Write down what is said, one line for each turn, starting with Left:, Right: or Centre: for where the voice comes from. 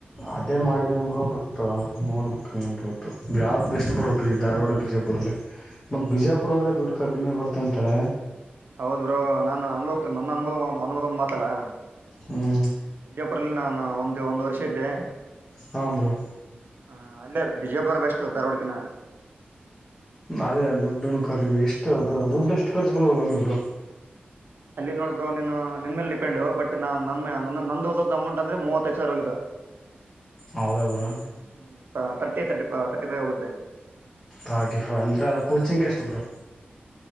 Left: ಅದೇ ಮಾಡಿದಿನಿ ಬ್ರೋ ಬಟ್ ನೋಡ್ಬುಕ್ ಅಂದಬಟ್ಟು ಯಾವ್ದ್ ಬೆಸ್ಟ್ ಬ್ರೋ ಧಾರವಾಡ ಬಿಜಾಪುರಲ್ಲಿ ಮ ಬಿಜಾಪುರ್ರೆ ದುಡ್ಡು ಕಡಿಮೆ ಬರ್ತಂತರ
Right: ಹೌದ್ ಬ್ರೋ ನಾನನ್ ಅನ್ೋಕ್ ನನ್ನ ಅನು ಅನುಭದ ಮಾತಲ್ಲ
Left: ಹ್ಮ್
Right: ವಿಜಯಪುರಲ್ಲಿ ನಾನು ಒಂದು ಒಂದು ವರ್ಷ ಇದ್ದೆ
Left: ಹಾ ಬ್ರೋ
Right: ಹ ಅಲ್ಲೇ ಬಿಜಯಪುರ ಬೆಸ್ಟ್ ಧಾರ್ವಾಡಕಿನ
Left: ಅದೇ ದುಡ್ಡ ಕರ್ ಎಷ್ಟುದು ದುಡ್ಡು ಎಷ್ಟು ರ್ಚ್ ಬಿಡ್ಬೋದುಂದ ಇಬ್ರು
Right: ಅಲ್ಲಿ ನೋಡಬೋ ನೀನು ನಿನ್ ಮೇಲೆ ಡಿಪೆಂಡ್ ಬಟ್ ನಾ ನ ನ ನಂದು ಹದ ಅಮೌಟ್ ಅಂದ್ರೆ ಮೂವೈದು ಸಾವರ ಹೋಗ
Left: ಹೌದ ಬ್ರೋ
Right: ಹ್ಮ ತರ್ಟಿ ತರ್ಟಿ ತರ್ಟಿ ಫೈವ್ ಹೋಗುತ್ತೆ
Left: ಥಾರ್ಟಿ ಫೈವ್ ಅಂದರೆ ಅಲ್ಲಿ ಕೋಚಿಂಗ ಎಷ್ಟು ಬ್ರೋ